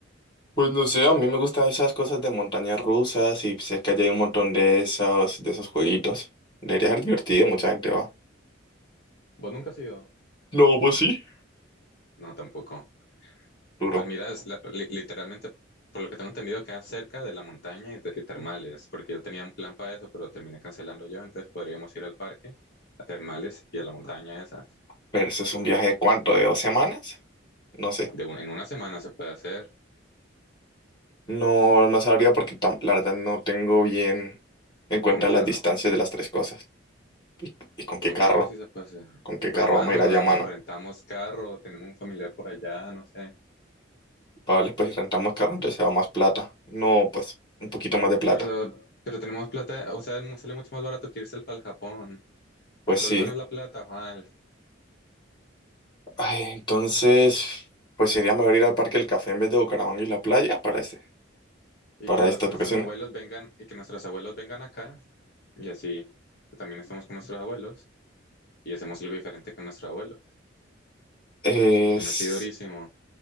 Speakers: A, on the left (about 25°); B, on the left (about 50°).
A: Pues no sé, a mí me gustan esas cosas de montañas rusas y cerca ya hay un montón de esos, de esos jueguitos. Debería ser divertido, mucha gente va.
B: ¿Vos nunca has ido?
A: No, pues sí.
B: No, tampoco.
A: Duro.
B: Pues mira, es la- li- literalmente, por lo que tengo entendido, queda cerca de la montaña y, te- y termales, porque yo tenía un plan para eso, pero terminé cancelando yo, entonces podríamos ir al parque, a termales y a la montaña esa.
A: Pero eso es un viaje de cuánto, de dos semanas? No sé.
B: De un- en una semana se puede hacer.
A: No, no sabría porque tam- la verdad no tengo bien en cuenta
B: ¿Con
A: las
B: carro?
A: distancias de las tres cosas. ¿Y, y con qué
B: Con
A: carro?
B: carro sí se puede hacer.
A: ¿Con qué
B: Pues,
A: carro
B: mano,
A: vamos a ir allá, mano?
B: rentamos carro, tenemos un familiar por allá, no sé.
A: Vale, pues si rentamos carro, entonces se va más plata. No, pues un poquito más de plata.
B: Pero, pero tenemos plata, o sea, mu- sale mucho más barato que irse al pa'l Japón.
A: Pues
B: El problema
A: sí.
B: no es la plata, Juan.
A: Ay, entonces, pues sería mejor ir al Parque del Café en vez de Bucaramanga y la playa para este,
B: Y
A: para
B: que los,
A: estas
B: nuestros
A: vacaciones.
B: abuelos vengan, y que nuestros abuelos vengan acá, y así que también estamos con nuestros abuelos, y hacemos algo diferente con nuestros abuelos.
A: Es
B: Le metí durísimo.